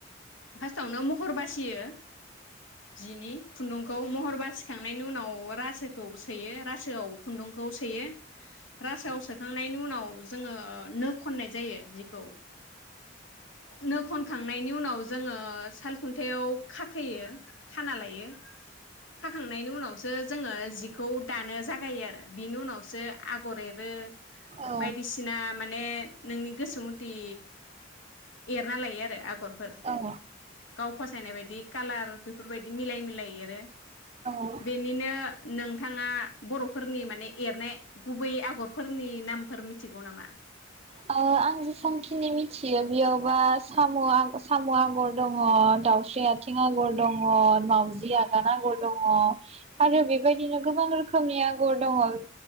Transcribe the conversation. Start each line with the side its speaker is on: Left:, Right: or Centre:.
Left: फार्स्टाआवनो महर बासियो जिनि खुन्दुं खौ महर बासिखांनायनि उनाव रासोखौ सोयो रासोआव खुन्दुंखौ सोयो रासायाव सोखांनायनि उनाव जोङो नो खननाय जायो जिखौ नो खनखांनायनि उनाव जोङो साल खुन्थायाव खाखोयो खाना लायो खाखांनायनि उनावसो जोङो जिखौ दानो जागायो आरो बिनि उनावसो आगर एर रो
Right: औ
Left: बायदिसिना माने नोंनि गोसोमुति एरना लायो आरो आगरफोर
Right: औ
Left: गाव फसायनाय बायदि कालार बेफोरबायदि मिलाय मिलाय एरो
Right: औ
Left: बेनिनो आ नोंथाङा बरफोरनि माने एरनाय गुबै आगर फोरनि नामफोर मिथिगौ नामा?
Right: अ‌ आं जेसांखिनि मिथि थियो बेयावबा साम साम आगर दङ दाउस्रि आथिं आगर दङ माउजि आगान आगर दङ आरो बेबायदिनो गोबां रोखोमनि आगर दङ